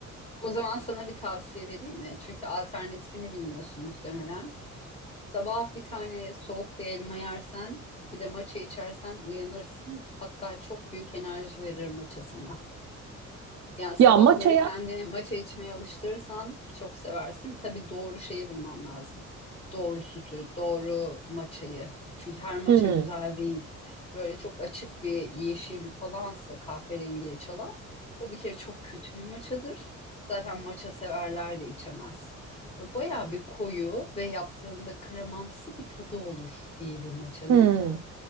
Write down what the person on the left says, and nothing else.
O zaman sana bir tavsiye vereyim mi? Çünkü alternatifini bilmiyorsun muhtemelen. Sabah bir tane soğuk bir elma yersen, bir de maça içersen uyanırsın. Hatta çok büyük enerji verir maça sana. Yani sabahları
kendini matcha içmeye alıştırırsan çok seversin. Tabii doğru şeyi bulman lazım. Doğru sütü, doğru matchayı. Çünkü her matcha
güzel değil. Böyle çok açık bir yeşil falansa kahverengiye çalan o bir kere çok kötü bir matchadır. Zaten matcha severler de içemez. Böyle bayağı bir koyu ve yaptığında kremamsı bir tadı olur iyi bir matchanın.